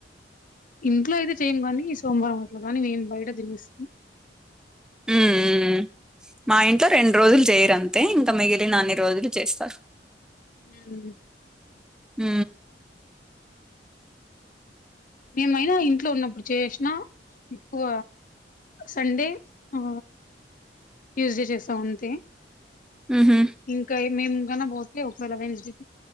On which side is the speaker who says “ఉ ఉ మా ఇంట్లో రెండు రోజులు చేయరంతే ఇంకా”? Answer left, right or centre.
Centre